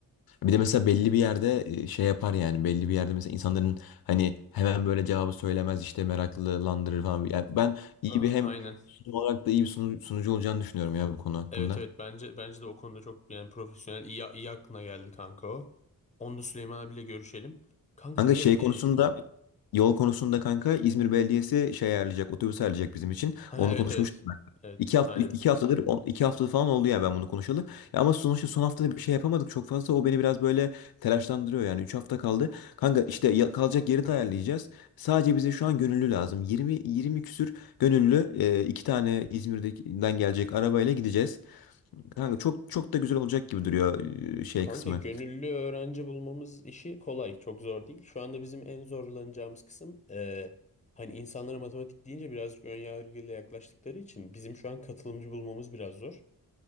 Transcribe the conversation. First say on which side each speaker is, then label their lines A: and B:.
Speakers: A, on the left (about 85°); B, on the left (about 20°).
A: Bir de mesela belli bir yerde e, şey yapar yani belli bir yerde mesela insanların hani hemen böyle cevabı söylemez işte meraklılandırır falan. Yani ben iyi
B: Ha,
A: bir hem
B: aynen.
A: sunum olarak da iyi bir sunu- sunucu olacağını düşünüyorum ya bu konu hakkında.
B: Evet evet bence bence de o konuda çok yani profesyonel iyi, iyi aklına geldi kanka o. Onu da Süleyman abiyle görüşelim. Kanka
A: Kanka
B: bir de
A: şey konusunda
B: e,
A: yol konusunda kanka İzmir Belediyesi şey ayarlayacak otobüs ayarlayacak bizim için.
B: <laughs> ha,
A: Onu
B: evet
A: konuşmuştum
B: evet.
A: ben.
B: Evet
A: İki hafta
B: aynen.
A: iki haftadır on- iki hafta falan oldu ya ben bunu konuşalı. Ya ama sonuçta son haftada bir şey yapamadık çok fazla. O beni biraz böyle telaşlandırıyor yani. Üç hafta kaldı. Kanka işte ya- kalacak yeri de ayarlayacağız. Sadece bize şu an gönüllü lazım. Yirmi 20 küsür gönüllü e, iki tane İzmir'den gelecek arabayla gideceğiz. Kanka çok çok da güzel olacak gibi duruyor e, şey
B: Kanka
A: kısmı.
B: gönüllü öğrenci bulmamız işi kolay. Çok zor değil. Şu anda bizim en zorlanacağımız kısım e, hani insanlara matematik deyince birazcık ön yargıyla yaklaştıkları için bizim şu an katılımcı bulmamız biraz zor.